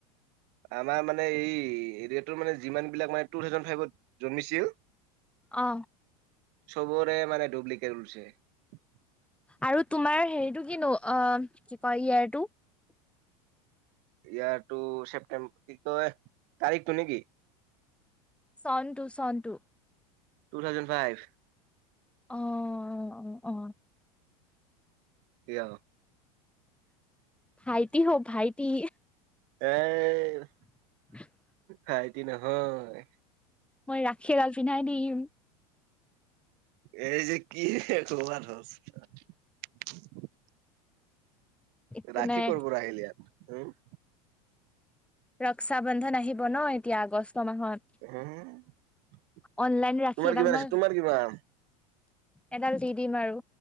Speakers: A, on the right; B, in the centre.
A: আমাৰ মানে এই এৰিয়াটোৰ মানে যিমান মানে টু থাউজেণ্ড ফাইভত জন্মিছিল <unintelligible>
B: অ
A: চবৰে মানে ডুপ্লিকেট উলাইছে <unintelligible>
B: আৰু তোমাৰ হেৰিটো কিনো অ কি কয় ইয়াৰটো <unintelligible>
A: ইয়াৰটো ছেপটেম্বৰ কি কয় তাৰিখটো নেকি <unintelligible>
B: চন চনটো
A: টু থাউজেণ্ড ফাইভ
B: অ অ অ অ
A: কিয়
B: ভাইটি হব ভাইটি
A: এই
B: উ <inaudible>
A: ভাইটি নহয়
B: মই ৰাখী এডাল পিন্ধাই দিম
A: এই যে কি কমাৰ অস্থা <unintelligible>
B: একো
A: ৰাখি
B: নাই
A: কৰ পৰা আহিলি ইয়াত উম?
B: ৰক্ষা বন্ধন আহিব ন এতিয়া আগষ্ট মাহত
A: তোমাৰ
B: অনলাইন ৰাখি এডাল
A: কিমান
B: মই
A: আছে তোমাৰ কিমান?
B: এডাল দি দিম আৰু।